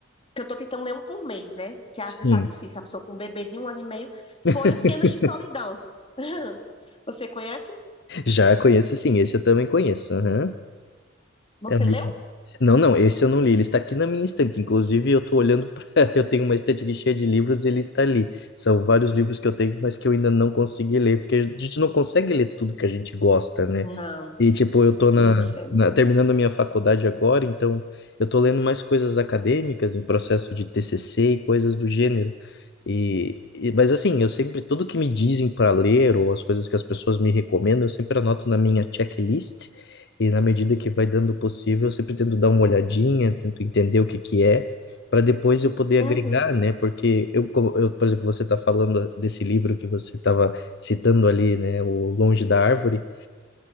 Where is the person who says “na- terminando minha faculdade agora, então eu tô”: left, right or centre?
Left